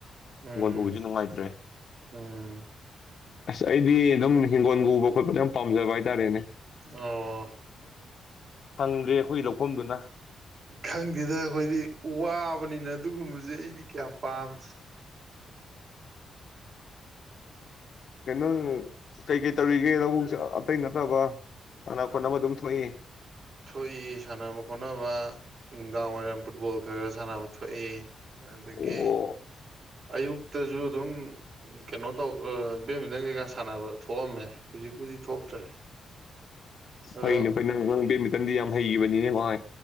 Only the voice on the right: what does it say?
ꯎꯝ
ꯎꯝ
ꯑꯣ
ꯈꯪꯗꯦꯗ ꯑꯩꯈꯣꯏꯗꯤ ꯋꯥꯕꯅꯤꯅ ꯑꯗꯨꯒꯨꯝꯕꯁꯦ ꯑꯩꯗꯤ ꯀꯌꯥ ꯄꯥꯝꯗꯦ
ꯊꯣꯛꯏ ꯁꯥꯟꯅꯕ ꯈꯣꯠꯅꯕ ꯅꯨꯡꯗꯥꯡ ꯋꯥꯏꯔꯝ ꯐꯨꯠꯕꯣꯜ ꯈꯔ ꯈꯔ ꯁꯥꯟꯅꯕ ꯊꯣꯛꯏ ꯑꯗꯒꯤ
ꯑꯌꯨꯛꯇꯁꯨ ꯑꯗꯨꯝ ꯀꯩꯅꯣ ꯇꯧ ꯕꯦꯠꯃꯤꯟꯇꯟ ꯀꯩꯀꯥ ꯁꯥꯟꯅꯕ ꯊꯣꯛꯑꯝꯃꯦ ꯍꯧꯖꯤꯛꯄꯨꯗꯤ ꯊꯣꯛꯇ꯭ꯔꯦ ꯑꯗꯣ